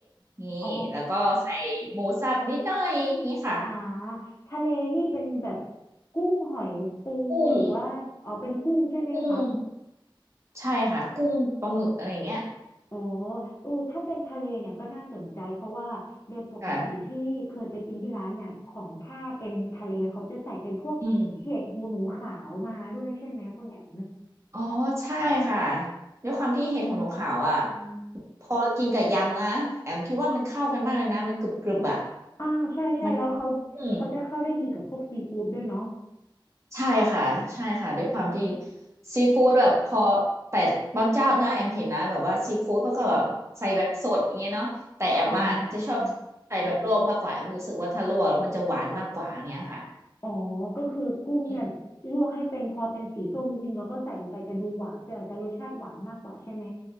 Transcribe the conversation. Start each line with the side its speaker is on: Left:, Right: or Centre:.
Right: นี่แล้วก็ใส่หมูสับนิดหน่อยนี่ค่ะ
Left: อ๋ออ่าทะเลนี่เป็นแบบกุ้งหอยปูหรือว่าอ๋อเป็นกุ้งใช่ไหมครับ
Right: กุ้งกุ้งใช่ค่ะกุ้งปลาหมึกอะไรอย่างเงี้ย
Left: โอ้อเออถ้าเป็นทะเลเนี่ยก็น่าสนใจเพราะว่าโดยปกติที่เคยไปกินที่ร้านเนี่ยของถ้าเป็นทะเลเขาจะใส่เป็นพวกเห็ดหูหนูขาวมาด้วยใช่ไหมคุณแอม
Right: ค่ะอืมอ๋อใช่ค่ะด้วยความที่เห็ดหูหนูขาวอ่ะ
Left: อืม
Right: พอกินกับยำนะแอมคิดว่ามันเข้ากันมากเลยนะมันกรึบกรึบอ่ะ
Left: อ่าใช่ใช่แล้วเขาเขาจะเข้าได้ดีกับพวกซีฟู้ดด้วยเนาะ
Right: มันอืม ใช่ค่ะใช่ค่ะด้วยความที่ซีฟู้ดแบบพอแต่บางเจ้านะแอมเห็นนะแบบว่าซีฟู้ดเขาก็แบบใส่แบบสดอย่างเงี้ยเนาะแต่แอมอะจะชอบใส่แบบลวกมากกว่าแอมรู้สึกว่าถ้าลวกแล้วมันจะหวานมากกว่าอย่างเงี้ยค่ะ
Left: ค่ะอ่าอ๋อก็คือกุ้งเนี่ยลวกให้เป็นพอเป็นสีส้มนิดนึงแล้วก็ใส่ลงไปจะดูหวานจะจะรสชาติหวานมากกว่าใช่ไหม
Right: อืม